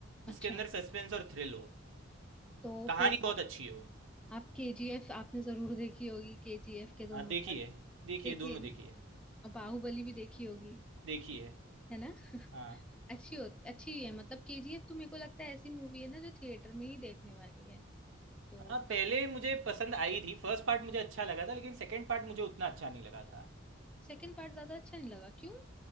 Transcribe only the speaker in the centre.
अच्छा
तो
फिर
आप,
आप केजीएफ आपने जरूर देखी होगी केजीएफ के दोनों
पार्ट
देखी
है
ना
और बाहुबली भी देखी होगी
है ना
<laughs> अच्छी होती अच्छी है मतलब केजीएफ तो मेरे को लगता है ऐसी मूवी है ना जो थिएटर में ही देखने वाली है तो
काफी
सेकंड पार्ट ज्यादा अच्छा नहीं लगा क्यों